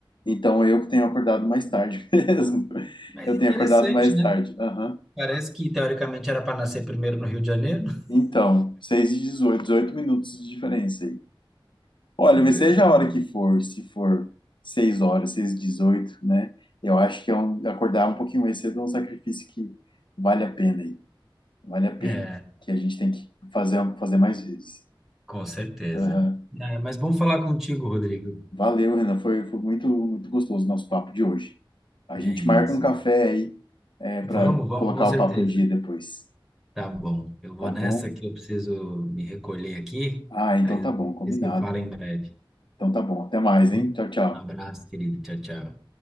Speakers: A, on the left; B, in the centre.
A: Então, eu que tenho acordado mais tarde <laughs> mesmo.
B: Mas
A: Eu
B: interessante,
A: tenho acordado mais
B: né?
A: tarde. Aham.
B: Parece que teoricamente era para nascer primeiro no Rio de Janeiro. <laughs>
A: Então, 6 e 18, 18 minutos de diferença aí. Olha,
B: Que interessante.
A: mas seja a hora que for, se for 6 horas, seis e 18, né? Eu acho que é um, acordar um pouquinho mais cedo é um sacrifício que vale a pena aí. Vale a pena.
B: É,
A: Que a gente tem que fazer, fazer mais vezes.
B: com certeza.
A: Aham.
B: Ah, É, mas bom falar contigo, Rodrigo.
A: Valeu, Renan. Foi, foi muito, muito gostoso o nosso papo de hoje. A
B: É
A: gente
B: isso.
A: marca um café aí,
B: Vamos,
A: para
B: vamos,
A: colocar
B: com certeza.
A: o papo em dia depois,
B: Tá bom. Eu vou
A: tá
B: nessa
A: bom?
B: que eu preciso me recolher aqui.
A: Ah, então
B: Aí
A: tá bom, combinado.
B: você fala em breve. tá
A: Então tá bom. Até mais,
B: Bom,
A: hein? Tchau, tchau.
B: Um abraço, querido. Tchau, tchau.